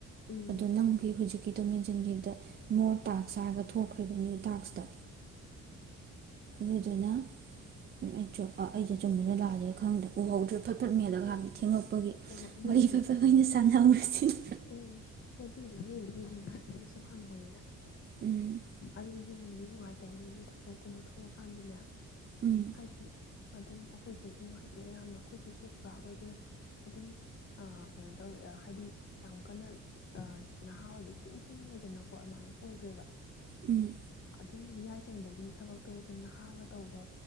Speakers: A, on the left; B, on the right.
A: ꯎꯝ
B: ꯑꯗ ꯅꯪꯒꯤ ꯍꯧꯖꯤꯛꯀꯤ ꯇ ꯃꯦꯟꯁꯤꯟꯈꯤꯕꯗ ꯃꯣꯔ ꯇꯥꯛ ꯍꯛꯆꯥꯥꯔꯒ ꯊꯣꯛꯈ꯭ꯔꯦꯔꯤꯕ ꯅ꯭ꯌꯨ ꯗꯥꯛꯁꯇ ꯑꯗꯨꯗꯨꯅ ꯑꯩ ꯑꯩꯁꯦ ꯆꯨꯝꯃꯤꯅ ꯂꯥꯜꯂꯦ ꯈꯪꯗ꯭ꯔꯦ ꯎꯍꯧꯗ꯭ꯔꯤꯕ ꯐꯠ ꯐꯠ ꯃꯦꯜꯂꯒ
A: ꯑꯣ
B: ꯍꯥꯏꯕꯤ ꯊꯦꯡꯉꯛꯄꯒꯤ
A: ꯍꯣꯏ ꯍꯣꯏ ꯑꯗꯨꯕꯨꯗꯤ
B: ꯋꯥꯔꯤ ꯐꯕꯠ ꯂꯣꯏꯅ ꯁꯥꯟꯅꯍꯧꯔꯦ ꯉ
A: ꯎꯝ ꯍꯣ ꯑꯗꯨꯨꯗꯤ ꯂꯩꯅꯤ ꯉꯇ ꯑꯩ ꯁꯨꯝ ꯍꯪꯕꯅꯤꯗ
B: ꯎꯝ
A: ꯐ ꯁꯤꯁꯦ ꯅꯨꯡꯁꯤ ꯅꯨꯡꯉꯥꯏꯇꯕꯁꯤꯕꯨ ꯊꯕꯛꯀꯨꯝꯕ ꯊꯣꯛꯑꯀꯥꯟꯗꯅꯦ
B: ꯎꯝ
A: ꯍꯥꯏꯗꯤꯕꯤ ꯑꯗꯨꯝ ꯑꯩꯈꯣꯏꯁꯨ ꯅꯨꯡꯉꯥꯏꯇꯦꯕ ꯌꯥꯝꯅ ꯑꯩꯈꯣꯏꯁꯨ ꯑꯩꯈꯣꯏ ꯀꯀꯥ ꯑꯩꯈꯣꯏꯗꯣ ꯑꯗꯨꯝ ꯀꯩꯅꯣ ꯇꯧꯔ ꯍꯥꯏꯗꯤ ꯌꯥꯝ ꯀꯟꯅ ꯅꯍꯥ ꯑꯣꯏꯕ ꯏꯊꯤ ꯏꯁꯤꯡ ꯂꯩꯗꯅꯀꯣ ꯑꯗꯨꯃꯥꯏꯅ ꯑꯣꯏꯗ꯭ꯔꯦꯕ
B: ꯎꯝ
A: ꯑꯗꯨꯝ ꯌꯥꯏ ꯆꯟꯕꯒꯤ ꯊꯕꯛꯇꯣ ꯑꯗꯨꯝ ꯅꯍꯥꯒ ꯇꯧꯕ